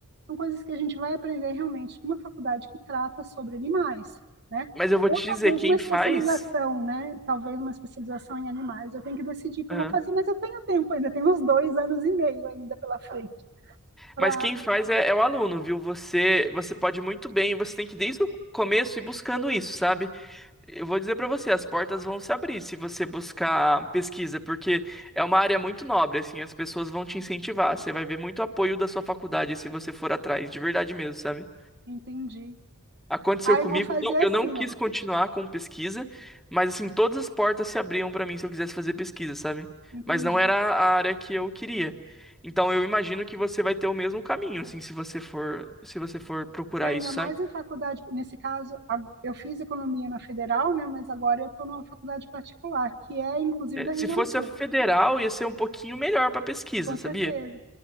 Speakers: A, on the right; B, in the centre.
A: são coisas que a gente vai aprender realmente numa faculdade que trata sobre animais, né?
B: Mas eu vou
A: Ou
B: te dizer,
A: talvez
B: quem
A: uma especialização,
B: faz.
A: né? Talvez uma especialização em animais. Eu tenho que decidir o que
B: Aham.
A: eu vou fazer, mas eu tenho tempo ainda, tenho uns dois anos e meio ainda pela frente para
B: Mas quem faz é, é o aluno, viu? Você, você pode muito bem, você tem que desde o começo ir buscando isso, sabe? Eu vou dizer pra você, as portas vão se abrir se você buscar pesquisa, porque é uma área muito nobre, assim, as pessoas vão te incentivar, você vai ver muito apoio da sua faculdade se você for atrás, de verdade mesmo, sabe?
A: entender
B: Aconteceu
A: Aí
B: comigo,
A: eu vou fazer
B: não-
A: assim,
B: eu não quis
A: ó.
B: continuar com pesquisa, mas assim, todas as portas se abriam pra mim se eu quisesse fazer pesquisa, sabe?
A: Entendi.
B: Mas não era a área que eu queria. Então eu imagino que você vai ter o mesmo caminho, assim, se você for, se você for procurar
A: É, ainda
B: isso, sabe?
A: mais em faculdade, nesse caso, a- eu fiz economia na federal, né? Mas agora eu estou numa faculdade particular, que é inclusive
B: É,
A: da região
B: Se fosse
A: sul,
B: a federal, ia ser um pouquinho melhor pra pesquisa,
A: com
B: sabia?
A: certeza.